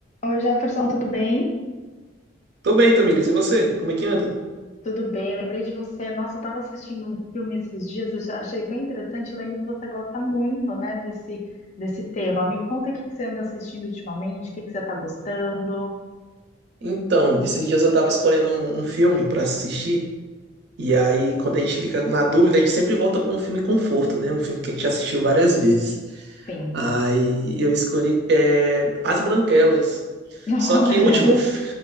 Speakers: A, on the left (about 35°); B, on the right (about 55°).
A: Oi, Jefferson, tudo bem?
B: Tô bem, Tamires. E você? Como é que anda?
A: Tudo bem, lembrei de você. Nossa, eu estava assistindo um filme esses dias, eu já achei tão interessante. Lembro que você gosta muito, né, desse, desse tema. Me conta o que que você anda assistindo ultimamente, o que que você está gostando.
B: Então, esses dias eu tava escolhendo um, um filme pra assistir. E aí, quando a gente fica na dúvida, a gente sempre volta pra um filme conforto, né? Um filme que a gente já assistiu várias vezes.
A: Sim.
B: Aí eu escolhi é, As Branquelas.
A: <laughs>
B: Só que
A: Olha,
B: o último fi-